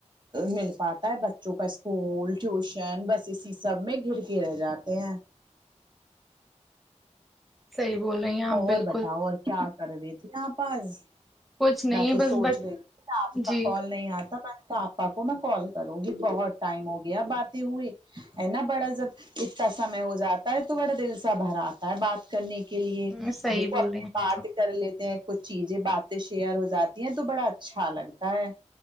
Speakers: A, on the right; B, in the centre.
A: مل پاتا ہے بچوں کا اسکول ٹیوشن بس اسی سب میں گر کے رہ جاتے ہیں
B: صحیح بول رہی ہیں آپ
A: اور
B: بالکل
A: بتاؤ اور کیا کر رہی تھی آپا آج
B: کچھ نہیں
A: میں تو
B: بس
A: سونچ
B: بچ
A: رہی آپ کا
B: جی
A: کال نہیں آتا میں پا کو میں کال کرونگی بہت ٹائم ہو گیا باتیں ہوے ہے نہ بڑا زف اتنا سمے ہو جاتا ہے تو بڑا دل سے تا بھر آتا ہے بات کرنے کے لیے
B: ہم، صحیح
A: دیکھو
B: بول
A: اپن
B: رہی ہیں
A: بات
B: آپ
A: کر لیتے ہیں کچھ چیزیں باتیں شیئر ہو جاتی ہیں تو بڑا اچھا لگتا ہے